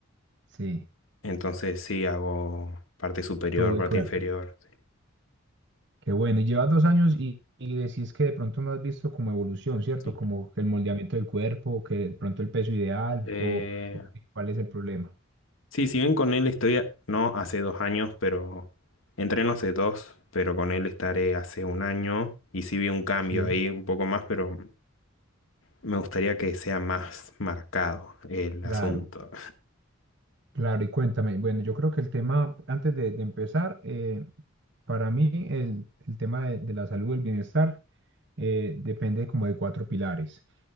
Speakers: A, on the right; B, on the left.
A: Sí,
B: Entonces sí, hago parte superior,
A: todo
B: parte
A: el cuerpo.
B: inferior. Sí.
A: Qué bueno, y llevas dos años y, y decís que de pronto no has visto como evolución, ¿cierto?
B: sí.
A: Como que el moldeamiento del cuerpo, que de pronto el peso ideal
B: Eh,
A: o, o que- cuál es el problema.
B: Sí, si bien con él estoy, a- no hace dos años, pero entreno hace dos, pero con él estaré hace un año y sí vi un cambio
A: Sí.
B: ahí un poco más, pero me gustaría que sea más marcado el
A: Claro,
B: asunto.
A: claro, y cuéntame, bueno, yo creo que el tema, antes de, de empezar, eh, para mí el, el tema de, de la salud, el bienestar, eh, depende como de cuatro pilares.